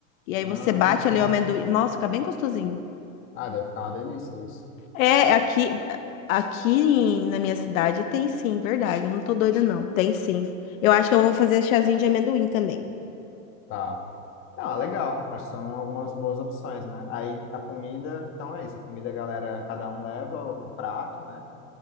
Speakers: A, on the left; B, on the left.
A: E aí
B: Ah,
A: você bate ali o amendoim. Nossa, fica bem gostosinho.
B: ah, deve ficar uma delícia isso.
A: É, aqui, aqui na minha cidade tem sim, verdade. Eu não tô doida, não. Tem sim. Eu acho que eu vou fazer chazinho de amendoim também.
B: Tá. Não, é legal. Acho que são algumas boas opções, né? Aí a comida, então é isso. A comida, a galera, cada um leva um prato, né?